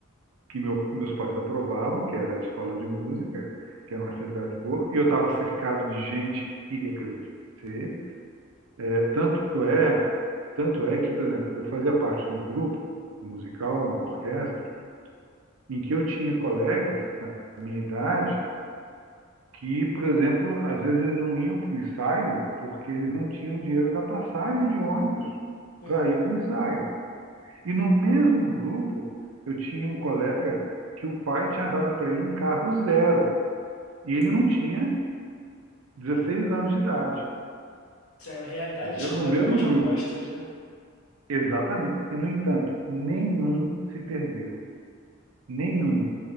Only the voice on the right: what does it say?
que meu, meus pais aprovavam, que era a escola de música, que era uma atividade boa. Eu estava cercado de gente que queria crescer. É, tanto é, tanto é que, por exemplo, eu fazia parte de um grupo musical, uma orquestra, em que eu tinha colegas da minha idade que, por exemplo, às vezes eles não iam para o ensaio porque eles não tinham o dinheiro da passagem de ônibus
para ir para o ensaio. E no mesmo grupo, eu tinha um colega que o pai tinha dado para ele um carro zero. E ele
não tinha 16 anos de idade,
entendeu?
No mesmo grupo.
Exatamente. E, no entanto, nenhum se perdeu. Nenhum.